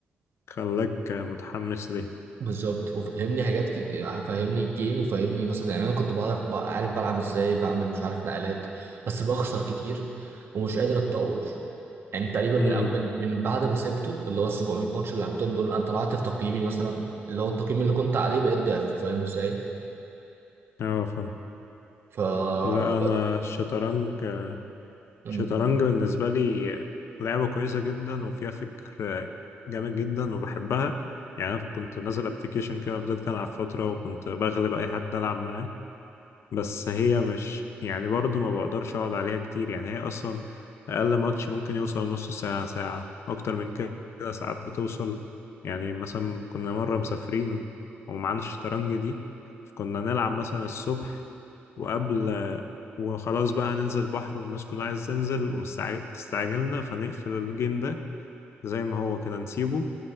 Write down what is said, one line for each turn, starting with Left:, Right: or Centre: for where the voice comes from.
Left: خلاك متحمس ليه
Right: بالظبط وفهمني حاجات كتير فهمني الجيم وفهمني مثلا يعني انا كنت بعرف بع- عارف بلعب ازاي بعمل مش عارف نقلات بس بخسر كتير ومش قادر اتطور يعني تقريبا من
Left: امم
Right: أو- من من بعد ما سبته اللي هو ال 700 ماتش اللي لعبتهم دول انا طلعت في تقييمي مثلا اللي هو التقييم اللي كنت عليه بقيت ضعف فاهم ازاي
Left: اه فاهم
Right: ف
Left: لا
Right: ف...
Left: انا الشطرنج
Right: مم.
Left: الشطرنج بالنسبة لي لعبة كويسة جدا وفيها فكر جامد جدا وبحبها يعني أنا كنت نازل أبلكيشن كده فضلت ألعب فترة وكنت بغلب أي حد ألعب معاه بس هي مش يعني برضه ما بقدرش أقعد عليها كتير يعني هي أصلا أقل ماتش ممكن يوصل نص ساعة ساعة أكتر من كده ساعات بتوصل يعني مثلا كنا مرة مسافرين ومعانا الشطرنج دي فكنا نلعب مثلا الصبح وقبل وخلاص بقى هننزل البحر والناس كلها عايز تنزل ومستعجلنا فنقفل الجيم ده زي ما هو كده نسيبه